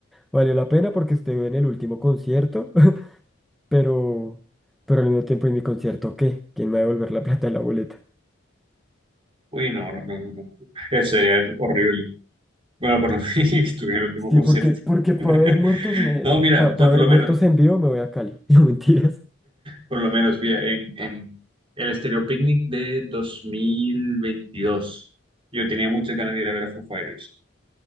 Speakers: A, in the centre; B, on the right.
A: Valió la pena porque estuve en el último concierto, <laughs> pero, pero al mismo tiempo en mi concierto, ¿qué? ¿Quién me va a devolver la plata de la boleta?
B: Uy, no, no, no, no. <laughs> no. Sería horrible. Bueno, por lo <laughs> menos que estuviera en el último
A: Sí,
B: concierto.
A: porque, porque
B: <laughs>
A: para ver muertos me,
B: No, mira,
A: para
B: o sea, por
A: ver
B: lo
A: muertos
B: menos,
A: en vivo me voy a Cali. <laughs> No mentiras.
B: por lo menos, mira, en, en el Stereo Picnic de 2022, yo tenía muchas ganas de ir a ver a Foo Fighters.